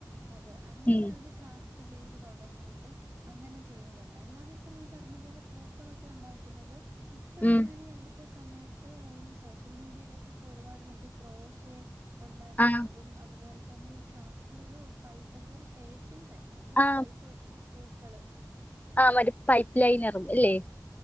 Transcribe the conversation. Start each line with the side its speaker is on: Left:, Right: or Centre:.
Right: അത് അങ്ങനെ
Left: ഉം,
Right: അവര് ക്ഫ്റ്റ് പേ് തുടങ്ങിയിട്ട് അങ്ങനെ ചെയ്യുന്നുണ്ട് അല്ലാതെ ഇപ്പം നീ പറഞ്ഞ പോലെ പൂക്കളൊക്കെ ഉണ്ടാക്കുന്നത് ഇപ്പോഴും
Left: ഉം,
Right: ഞാൻീഈ അടുത്ത് ത്തെ സമയത്ത് ഈ സോഷ്യൽ മീഡിയയിലൊക്കെ ഇപ്പോൾ ഒരുപാട് മറ്റേ ക്രോഷേ ഉണ്ടാക്കുന്നതും
Left: ആ
Right: അതുപോലെ തന്നെ ഈ ക്രാഫ്റ്റിലൊരു പൈപ്പ് എന്ത ഒരു ടേപ്പ് ിങ് പൈപ്പ എന്തോ ഒരു
Left: ആ
Right: പൈപ്പ് വെച്ചിട്ട് പൂക്കള്
Left: ആ മറ്റ പൈപ്പ് ലൈൻ ഇറങ്ങും അല്ലേ